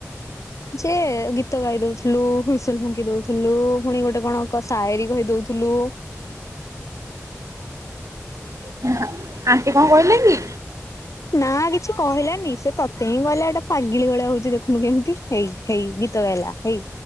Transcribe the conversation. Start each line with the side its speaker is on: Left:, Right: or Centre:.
Left: ଯେ ଗୀତ ଗାଇ ଦଉଥିଲୁ ହୁଇସିଲ ଫୁଙ୍କି ଦଉଥିଲୁ ପୁଣି ଗୋଟେ କଣ ସାଏରୀ କହି ଦଉଥିଲୁ।
Right: <unintelligible> ଆଣ୍ଟି କଣ କହିଲେ କି?
Left: ନା କିଛି କହିଲାନି ସେ ତୋତେ ହିଁ କହିଲା ଏଟା ପାଗିଳି ଭଳିଆ ହଉଛି ଦେଖନୁ କେମିତି। ହେଇ ହେଇ ଗୀତ ଗାଇଲା ହେଇ